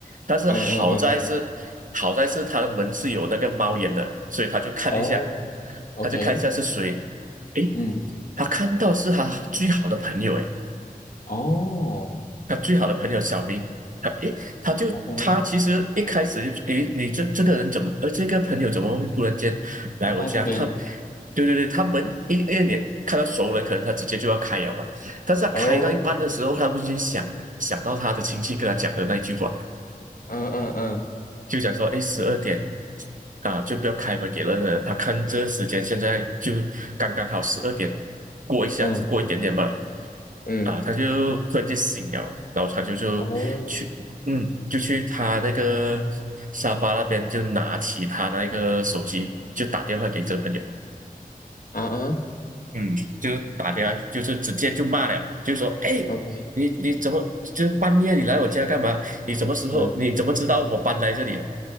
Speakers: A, on the right; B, on the left.
A: 但是好在是好在是他的门是有那个猫眼的，
B: 嗯嗯嗯，
A: 所以他就看一下，
B: 哦，OK，
A: 他就看一下是谁，诶，
B: 嗯，
A: 他看到是他最好的朋友，诶。
B: 哦
A: 他最好的朋友小明，他诶，他就他其实一开始就诶，
B: ，OK，
A: 你这这个人怎么，呃，这个朋友怎么会突然间来我家？
B: 就在这边，
A: 他，对对对，他们一一脸看到熟人，可能他直接就要开了嘛。但是他开到一半的时候，
B: 哦，
A: 他会先想想到他的亲戚跟他讲的那一句话，
B: 嗯嗯嗯
A: 就想说，哎，十二点啊，就不要开门给任何人。他看这个时间，现在就刚刚好十二点过一下，
B: 嗯
A: 过一点点吧。
B: 嗯，
A: 啊，他就突然间醒了，然后他就就去，
B: 哦，
A: 嗯，就去他那个沙发那边，就拿起他那个手机，就打电话给这个朋友。
B: 啊啊
A: 嗯，就打电话，就是直接就骂了，就说：“哎，
B: ，OK，
A: 你你怎么就是半夜你来我家干嘛？你什么时候？
B: 嗯
A: 你怎么知道我搬来这里啊？”